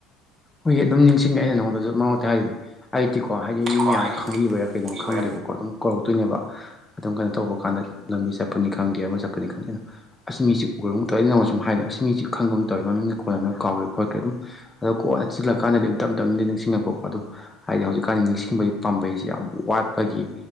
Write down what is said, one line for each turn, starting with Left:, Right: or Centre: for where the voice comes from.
Left: ꯍꯣꯏꯒꯤ ꯑꯗꯨꯝ ꯅꯤꯡꯁꯤꯡꯉꯦ ꯑꯩꯅ ꯅꯉꯣꯟꯗꯁꯨ ꯃꯔꯛ ꯃꯔꯛꯇ ꯍꯥꯏꯗꯨꯏꯗꯤ ꯑꯩꯗꯤꯀꯣ ꯍꯥꯏꯗꯤ ꯃꯤ
Right: ꯀꯣ
Left: ꯃꯌꯥꯝꯅ
Right: ꯍꯥꯏꯗꯤ
Left: ꯈꯪꯕꯤꯕꯔꯥ
Right: ꯃꯤ
Left: ꯀꯩꯅꯣ
Right: ꯈꯪꯕꯤꯕ꯭ꯔꯥ
Left: ꯈꯪꯗꯦꯕꯀꯣ ꯑꯗꯨꯝ ꯀꯧꯔꯛꯇꯣꯏꯅꯦꯕ ꯑꯗꯨꯝ ꯀꯩꯅꯣ ꯇꯧꯕ ꯀꯥꯟꯗ ꯂꯝꯕꯤ ꯆꯠꯄꯅꯤ ꯈꯪꯗꯦ ꯑꯃ ꯆꯠꯄꯅꯤ ꯈꯪꯗꯦꯗꯨꯝ ꯑꯁꯤꯃꯤꯁꯤ ꯎꯔꯒꯨꯝ ꯇꯧꯋꯏꯗꯤ ꯅꯪꯉꯣꯟ ꯁꯨꯝ ꯍꯥꯏꯅꯦꯕ ꯑꯁꯤ ꯃꯤꯁꯤ ꯈꯪꯕꯨꯝ ꯇꯧꯋꯦ ꯃꯃꯤꯡꯒ ꯀꯣꯟꯅ ꯀꯥꯎꯒꯦ ꯈꯣꯠꯀꯦ ꯑꯗꯨꯝ ꯑꯗꯣ ꯀꯣꯟꯅ ꯆꯤꯜꯂꯛꯀꯥꯟꯗꯗꯤ ꯑꯗꯨ ꯇꯞ ꯇꯞꯅꯗꯤ ꯅꯤꯡꯁꯤꯡꯉꯛꯄꯀꯣ ꯑꯗꯨ ꯍꯥꯏꯗꯤ ꯍꯧꯖꯤꯛꯀꯥꯟꯗꯤ ꯅꯤꯡꯁꯤꯡꯕꯒꯤ ꯄꯥꯝꯕꯩꯁꯤ ꯌꯥꯝ ꯋꯥꯠꯄꯒꯤ